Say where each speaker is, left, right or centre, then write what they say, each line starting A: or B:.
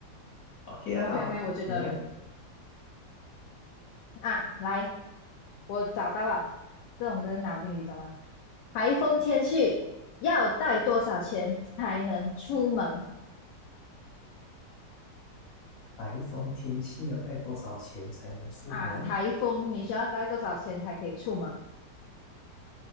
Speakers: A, on the left; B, on the left.
A: OK
B: <laughs>
A: 啊，
B: OK
A: 好你来。
B: OK，我觉得啊，来，我找到了，这种就是脑筋急转弯。台风天气要带多少钱才能出门
A: 台风天气要带多少钱才能出门？
B: 啊？台风你需要带多少钱才可以出门？